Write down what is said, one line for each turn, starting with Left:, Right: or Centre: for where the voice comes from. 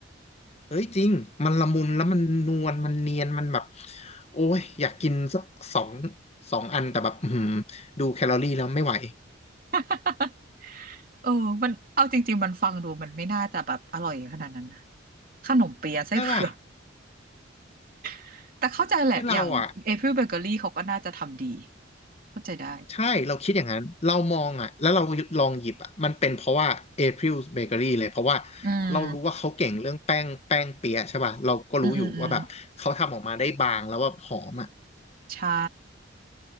Left: เฮ้ยจริงมันละมุนแล้วมันนวลมันเนียนมันแบบโอ้ยอยากกินสักสองสองอันแต่แบบอือหือดูแคลอรี่แล้วไม่ไหว
Right: <laughs> เออมันเอาจริงๆมันฟังดูมันไม่น่าจะแบบอร่อยขนาดนั้นนะขนมเปี๊ยะไส้เผือก
Left: ใช่ป่ะ
Right: <laughs> แต่เข้าใจแหละ
Left: คือเราอ่ะ
Right: อย่างเอพิลเบเกอรี่เขาก็น่าจะทำดีเข้าใจได้
Left: ใช่เราคิดอย่างนั้นเรามองอ่ะแล้วเราลองหยิบอ่ะมันเป็นเพราะว่า April Bakery เลยเพราะว่า
Right: อืม
Left: เรารู้ว่าเขาเก่งเรื่องแป้งแป้งเปี๊ยะใช่ป่ะเราก็รู้อยู่ว่าแบบเขาทำออกมาได้บางแล้วแบบหอมอ่ะ
Right: อืมอืมอืมใช่